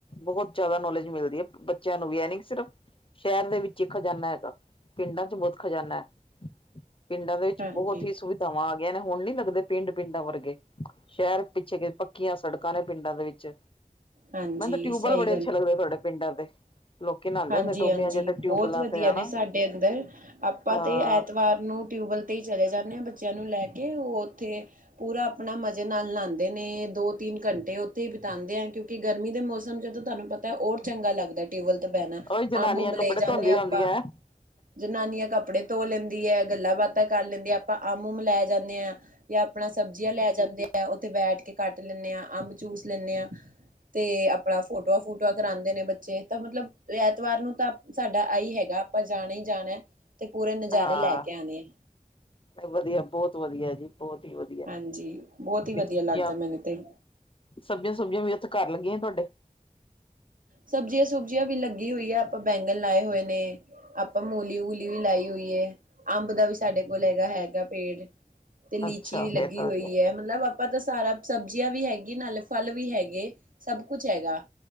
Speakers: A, on the left (about 40°); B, on the right (about 80°).
A: ਬਹੁਤ ਜ਼ਿਆਦਾ ਨੌਲੇਜ ਮਿਲਦੀ ਆ, ਬੱਚਿਆਂ ਨੂੰ ਵੀ ਇਹ ਨੀ ਕੀ ਸਿਰਫ ਸ਼ਹਿਰ ਦੇ ਵਿੱਚ ਹੀ ਖਜ਼ਾਨਾ ਹੈਗਾ, ਪਿੰਡਾਂ 'ਚ ਬਹੁਤ ਖਜ਼ਾਨਾ ਪਿੰਡਾਂ ਦੇ ਵਿੱਚ
B: ਹਾਂਜੀ
A: ਬਹੁਤ ਹੀ ਸੁਵਿਧਾਵਾਂ ਆ ਗਈਆਂ ਨੇ, ਹੁਣ ਨੀ ਲੱਗਦੇ ਪਿੰਡ, ਪਿੰਡਾਂ ਵਰਗੇ। ਸ਼ਹਿਰ ਪਿੱਛੇ ਗਏ, ਪੱਕੀਆਂ ਸੜਕਾਂ ਨੇ ਪਿੰਡਾਂ ਦੇ ਵਿੱਚ
B: ਹਾਂਜੀ
A: ਮੈਨੂੰ ਤੇ ਟਿਊਬਵੈਲ
B: ਸਹੀ
A: ਬੜੇ ਅੱਛੇ ਲੱਗਦੇ, ਤੁਹਾਡੇ ਪਿੰਡਾਂ ਦੇ ਲੋਕੀ ਨਹਾਉਂਦੇ
B: ਹਾਂਜੀ-
A: ਹੁੰਦੇ ਟੋਬਿਆਂ
B: ਹਾਂਜੀ,
A: ਚ ਤੇ
B: ਬਹੁਤ
A: ਟਿਊਬਵੈਲਾਂ
B: ਵਧੀਆ
A: ਤੇ ਹਨਾ
B: ਨੇ ਸਾਡੇ ਅੰਦਰ, ਆਪਾਂ
A: ਅਹ
B: ਤੇ ਐਤਵਾਰ ਨੂੰ ਟਿਊਬਵੈੱਲ ਤੇ ਹੀ ਚਲੇ ਜਾਂਨੇ ਆ ਬੱਚਿਆਂ ਨੂੰ ਲੈ ਕੇ ਉਹ ਉੱਥੇ ਪੂਰਾ ਆਪਣਾ ਮਜ਼ੇ ਨਾਲ ਨਹਾਉਂਦੇ ਨੇ, ਦੋ ਤਿੰਨ ਘੰਟੇ ਉੱਥੇ ਬਿਤਾਉਂਦੇ ਆ। ਕਿ ਗਰਮੀ ਦੇ ਮੌਸਮ ਜਦੋਂ ਤੁਹਾਨੂੰ ਪਤਾ, ਹੋਰ ਚੰਗਾ ਲੱਗਦਾ ਟਿਊਬਵੈੱਲ। ਪੈਣਾ,
A: ਉਹੀ ਜਨਾਨੀਆਂ
B: ਅੰਬ-ਅੰਬ
A: ਕੱਪੜੇ
B: ਲੈ ਜਾਂਦੇ
A: ਧੋਂਦੀਆਂ
B: ਹਾਂ ਆਪਾਂ।
A: ਹੁੰਦੀਆਂ ਹਮ
B: ਜਨਾਨੀਆਂ ਕੱਪੜੇ ਧੋ ਲੈਂਦੀ ਹੈ, ਗੱਲਾਂ ਬਾਤਾਂ ਕਰ ਲੈਂਦੀ ਆ, ਆਪਾਂ ਆਮ- ਉਮ ਲੈ ਜਾਂਨੇ ਆ। ਜਾਂ ਆਪਣਾ ਸਬਜ਼ੀਆਂ ਲੈ ਜਾਂਦੇ ਆ, ਉੱਥੇ ਬੈਠ ਕੇ ਕੱਟ ਲੈਂਦੇ ਹਾਂ, ਅੰਬਚੂਸ ਲੈਂਦੇ ਆ। ਤੇ ਆਪਣਾ ਫੋਟੋਆਂ- ਫੂਟੂਆਂ ਕਰਉਂਦੇ ਨੇ ਬੱਚੇ, ਤਾਂ ਮਤਲਬ। ਐਤਵਾਰ ਨੂੰ ਤਾਂ ਸਾਡਾ ਆਈ ਹੈਗਾ, ਆਪਾਂ ਜਾਣਾ ਹੀ ਜਾਣਾ। ਤੇ ਪੂਰੇ ਨਜ਼ਾਰੇ
A: ਹਾਂ,
B: ਲੈ ਕੇ ਆਣੇ ਆ
A: ਵਧੀਆ ਬਹੁਤ ਵਧੀਆ ਜੀ। ਬਹੁਤ ਹੀ ਵਧੀਆ
B: ਹਾਂਜੀ ਬਹੁਤ
A: <unintelligible>
B: ਹੀ ਵਧੀਆ ਲੱਗਦਾ ਮੈਨੂੰ ਤੇ
A: ਸਬਜ਼ੀਆਂ- ਸੁਬਜੀਆਂ ਵੀ ਉੱਥੇ ਕਰ ਲੱਗੀਆਂ ਤੁਹਾਡੇ।
B: ਸਬਜ਼ੀਆਂ- ਸੁਬਜ਼ੀਆਂ ਵੀ ਲੱਗੀ ਹੋਈ ਆ, ਆਪਾਂ ਬੈਂਗਣ ਲਾਏ ਹੋਏ ਨੇ। ਆਪਾਂ ਮੂਲੀ- ਮੂਲੀ ਵੀ ਲਾਈ ਹੋਈਏ, ਅੰਬ ਦਾ ਵੀ ਸਾਡੇ ਕੋਲ ਹੈਗਾ, ਹੈਗਾ ਪੇੜ। ਤੇ ਲੀਚੀ
A: ਅੱਛਾ
B: ਵੀ ਲੱਗੀ
A: ਫੇਰ ਤਾਂ
B: ਹੋਈ
A: ਵਧੀਆ
B: ਏ, ਮਤਲਬ ਆਪਾਂ ਤਾਂ ਸਾਰਾ ਸਬਜ਼ੀਆਂ ਵੀ ਹੈਗੀ, ਨਾਲੇ ਫਲ ਵੀ ਹੈਗੇ, ਸਭ ਹੈਗਾ।